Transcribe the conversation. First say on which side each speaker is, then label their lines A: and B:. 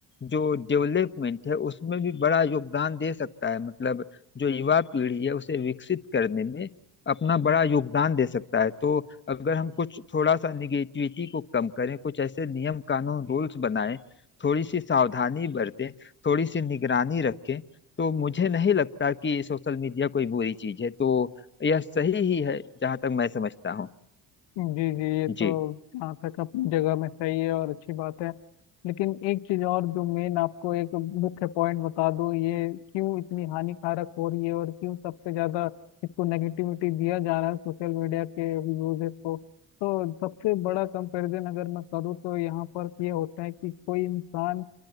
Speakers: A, on the left; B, on the left.
A: जो डेवलपमेंट है उसमें भी बड़ा योगदान दे सकता है मतलब जो युवा पीढ़ी है उसे विकसित करने में अपना बड़ा योगदान दे सकता है तो अगर हम कुछ थोड़ा सा निगेटिविटी को कम करें कुछ ऐसे नियम कानून रूल्स बनाएं थोड़ी सी सावधानी बरतें थोड़ी सी निगरानी रखें तो मुझे नहीं लगता कि सोशल मीडिया कोई बुरी चीज है तो यह सही ही है जहां तक मैं समझता हूँ
B: जी जी ये तो
A: जी
B: जहाँ तक अपनी जगह में सही है और अच्छी बात है लेकिन एक चीज और जो मेन आपको एक मुख्य पॉइंट बता दूं ये क्यों इतनी हानिकारक हो रही है और क्यों सबसे ज्यादा इसको नेगेटिविटी दिया जा रहा है सोशल मीडिया के यूजेस को तो सबसे बड़ा कंपैरिजन अगर मैं करूँ तो यहाँ पर ये होता है कि कोई इंसान